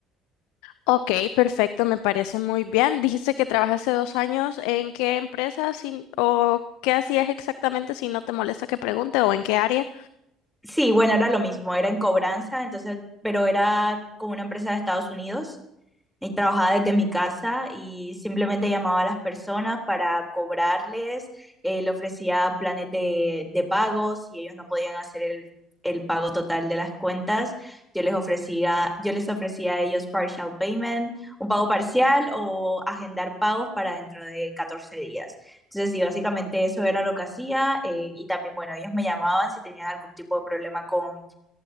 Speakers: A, on the left (about 70°); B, in the centre.
A: Ok, perfecto, me parece muy bien. Dijiste que trabajaste dos años. ¿En qué empresa sin- o qué hacías exactamente si no te molesta que pregunte o en qué área?
B: sí, bueno, era lo mismo, era en cobranza, entonces, pero era con una empresa de Estados Unidos y trabajaba desde mi casa y simplemente llamaba a las personas para cobrarles, eh, le ofrecía planes de, de pago, si ellos no podían hacer el, el pago total de las cuentas, yo les ofrecía, yo les ofrecía a ellos partial payment, un pago parcial o agendar pagos para dentro de 14 días. Entonces, sí, básicamente eso era lo que hacía eh, y también, bueno, ellos me llamaban si tenían algún tipo de problema con